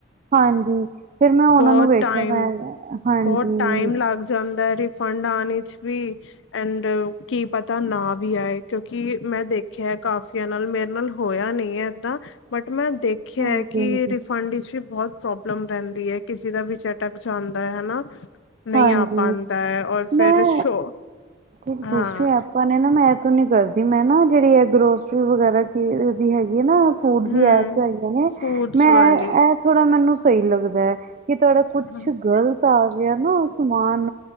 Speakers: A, on the right; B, on the left.
A: ਹਾਂਜੀ ਫਿਰ ਮੈਂ ਉਹਨਾਂ
B: ਬਹੁਤ
A: ਨੂੰ ਵੇਖਿਆ
B: ਟਾਈਮ
A: ਮੈਂ ਹਾਂਜੀ।
B: ਬਹੁਤ ਟਾਈਮ ਲੱਗ ਜਾਂਦਾ ਹੈ ਰਿਫੰਡ ਆਉਣ ਚ ਵੀ ਐਂਡ ਕੀ ਪਤਾ ਨਾ ਵੀ ਆਏ ਕਿਉਂਕਿ ਮੈਂ ਦੇਖੀ ਕਾਫੀਆਂ ਨਾਲ ਮੇਰੇ ਨਾਲ ਹੋਇਆ ਨਹੀਂ ਹੈ। ਏਦਾਂ ਬਟ ਮੈਂ ਦੇਖਿਆ
A: ਹਾਂਜੀ
B: ਹੈ ਕਿ
A: ਹਾਂਜੀ
B: ਰਿਫੰਡ ਵਿੱਚ ਵੀ ਬਹੁਤ ਪ੍ਰੋਬਲਮ ਰਹਿੰਦੀ ਹੈ। ਕਿਸੇ ਦਾ ਵਿਚ ਅਟਕ ਜਾਂਦਾ ਹੈ ਹਨਾ। ਨਹੀਂ
A: ਹਾਂਜੀ
B: ਆ ਪਾਉਂਦਾ ਹੈ ਔਰ ਫਿਰ
A: ਮੈਂ
B: ਸ਼ੋਅ
A: ਜਿਹੜੀ
B: ਹਾਂ
A: ਦੂਸਰੀ ਐਪਾਂ ਨੇ ਨਾ ਮੈਂ ਇਹ ਨੀ ਕਰਦੀ ਮੈਂ ਨਾ ਜਿਹੜੀ ਅਦਰੋ ਗਰੋਸਰੀ ਵਗੈਰਾ ਦੀ ਹੈਗੀ ਹੈ ਨਾ ਫੂਡ
B: ਹਮ
A: ਦੀ ਐਪ ਹੈਗੀ ਨੇ
B: ਫੂਡਸ
A: ਮੇ
B: ਵਾਲੀ
A: ਇਹ ਥੋੜ੍ਹਾ ਮੈਨੂੰ ਸਹੀ ਲੱਗਦਾ ਹੈ। ਕਿ ਤੁਹਾਡਾ ਕੁਛ
B: ਹਮ
A: ਗ਼ਲਤ ਆ ਗਿਆ ਨਾ ਉਹ ਸਮਾਨ